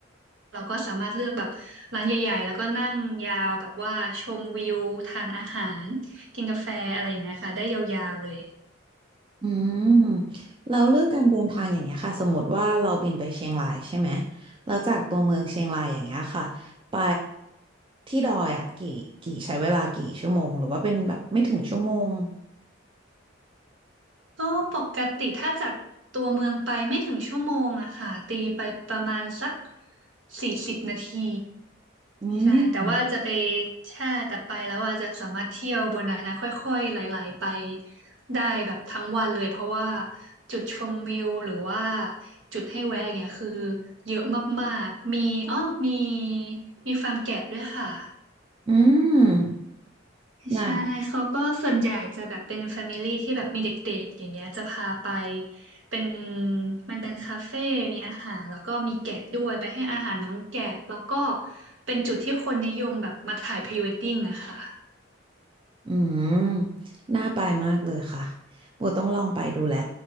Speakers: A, on the right; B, on the right.
A: เราก็สามารถเลือกแบบร้านใหญ่ๆ แล้วก็นั่งยาวแบบว่าชมวิวทานอาหารกินกาแฟอะไรอย่างเงี้ยค่ะได้ยาวๆเลย
B: อืมแล้วเรื่องการเดินทางอย่างเงี้ยค่ะสมมติว่าเราบินไปเชียงรายใช่ไหมแล้วจากตัวเมืองเชียงรายอย่างเงี้ยค่ะไปที่ดอยอ่ะกี่กี่ใช้เวลากี่ชั่วโมงหรือว่าเป็นแบบไม่ถึงชั่วโมง
A: ก็ปกติถ้าจากตัวเมืองไปไม่ถึงชั่วโมงอะค่ะตีไปประมาณสักสี่สิบนาที
B: อืม
A: ใช่แต่ว่าจะไปแช่แต่ไปแล้วอาจจะสามารถเที่ยวบนนั้นนะค่อยๆไหลๆไปได้แบบทั้งวันเลย เพราะว่าจุดชมวิวหรือว่าจุดให้แวะอย่างเงี้ยคือเยอะมากๆ มีอ๋อมีมีฟาร์มแกะด้วยค่ะ
B: อืมได้
A: ใช่เขาก็ส่วนใหญ่จะแบบเป็นแฟมิลี่ที่แบบมีเด็กๆอย่างเงี้ยจะพาไปเป็นมันเป็นคาเฟ่มีอาหารแล้วก็มีแกะด้วยไปให้อาหารน้องแกะแล้วก็เป็นจุดที่คนนิยมแบบมาถ่ายพรีเวดดิ้งอะค่ะ
B: อืมน่าไปมากเลยค่ะโบต้องลองไปดูแหละ